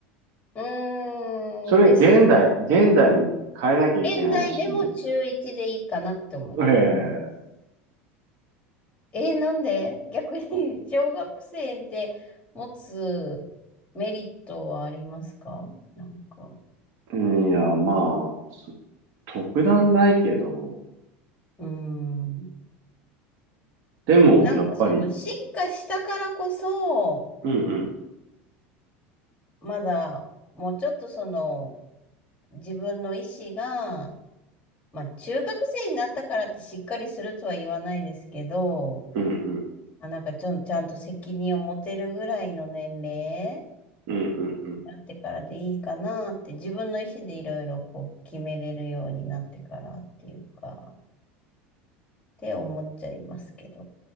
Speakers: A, on the left (about 20°); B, on the right (about 60°).
A: う
B: それ現代、
A: ーん、です。
B: 現代に変えなきゃいけないし、
A: 現代でも中1でいいかなって思う。
B: ええ、
A: えーなんで逆に <laughs> 小学生で持つメリットはありますかなんか、
B: うんいや、まあ、そ特段ないけど、
A: うーん。
B: でもやっぱり、
A: なんかその進化したからこそ、
B: うんうん、
A: まだもうちょっとその自分の意思が、まあ中学生になったからってしっかりするとは言わないですけど、
B: うんうん、
A: あ、なんかちょん、ちゃんと責任を持てるぐらいの年齢
B: うんうんう
A: なってからでいいかなって自分の意思でいろいろこう決めれるようになってからっていうかって思っちゃいますけど。